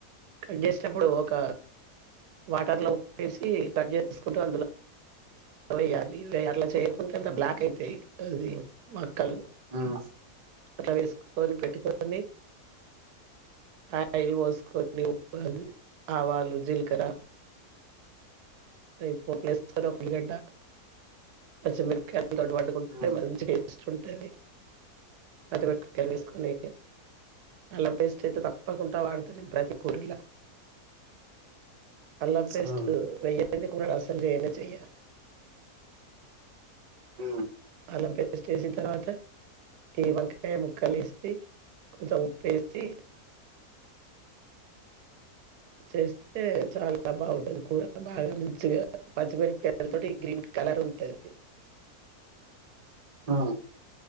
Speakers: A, on the right (about 85°); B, on the right (about 50°).
A: కట్ చేసేటప్పుడు ఒక వాటర్లో ఉప్పేసి, కట్ చేసుకుంటూ అందులో వేయాలి. వే అట్ల చేయకుంటే అంత బ్లాక్ అయితయి అది మక్కలు.
B: ఉమ్
A: అట్ల వేస్కు తోని పెట్టుకోని అయిల్ వోసుకొని ఉప్పు ఆవాలు జీలకర అవి పోపులు ఎసుకొని ఒక ఉలిగడ్డ పచ్చిమిరకాయలు వండుకుంటుంటే
B: మ్మ్
A: మంచి టేస్ట్ ర్చుంటది పచ్చిమిరపకాయలు వేసుకొని అల్లం పేస్ట్ అయితే తప్పకుండా వాడుతా నేను ప్రతి కూరలా అల్లం పేస్ట్
B: మ్మ్
A: వెయ్య లేంది కూరలు అసలు చేయనే చేయ
B: ఉ
A: అల్లం పేస్ట్ ఎసిన్ తర్వాత ఈ వంకాయ ముక్కలు యేసి కొంచెం ఉప్పు ఎసి చేస్తే చాలా బాగుంటది కూర బాగా మంచిగా పచ్చిమిరపకాయల తోటి గ్రీన్ కలర్ ఉంటంది
B: ఉ